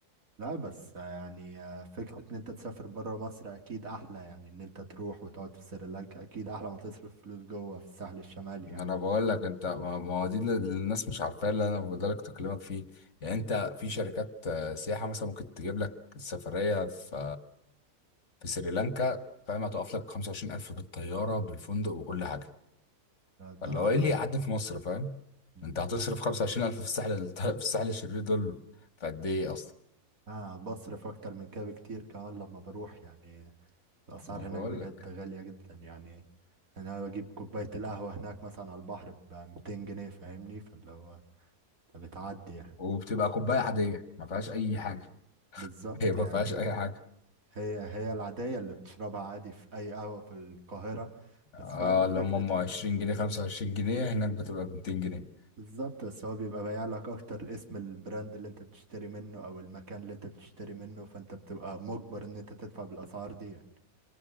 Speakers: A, on the right; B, on the left.
A: لا بس يعني آه، فكرة ان انت تسافر برا مصر اكيد احلى يعني ان انت تروح وتقعد في سريلانكا اكيد احلى ما تصرف فلوس جوه في الساحل الشمالي
B: ما
A: يعني
B: انا بقول لك انت ما ما هو دي اللي الناس مش عارفاه اللي انا بقدر اكلمك فيه يعني انت في شركات آه، سياحه مثلا ممكن تجيب لك سفريه في في سريلانكا فاهم هتقف لك 25000 بالطياره بالفندق وكل حاجه
A: لا ده
B: فاللي
A: انا
B: هو ايه اللي يقعد في مصر فاهم
A: مم.
B: انت هتصرف 25000 في الساحل <laughs> ال- في الساحل الشرير دول في قد ايه اصلا
A: انا بصرف اكتر من كده بكتير كمان لما بروح يعني الاسعار
B: ما بقول
A: هناك بجد
B: لك
A: غالية جدا يعني انا بجيب كوباية القهوة هناك مثلا على البحر ب 200 جنيه فاهمني فاللي هو فبتعدي يعني
B: وبتبقى كوبايه عاديه ما فيهاش اي حاجه <laughs>
A: بالظبط
B: هي ما
A: يعني
B: فيهاش اي
A: آه.
B: حاجه
A: هي هي العادية اللي بتشربها عادي في أي قهوة في القاهرة
B: اه
A: بس فاهم فكرة
B: لما هم 20
A: إن أنت
B: جنيه 25 جنيه هناك بتبقى ب 200 جنيه
A: بالظبط بس هو بيبقى بايع لك أكتر اسم البراند اللي أنت بتشتري منه أو المكان اللي أنت بتشتري منه فأنت بتبقى مجبر إن أنت تدفع بالأسعار دي يعني.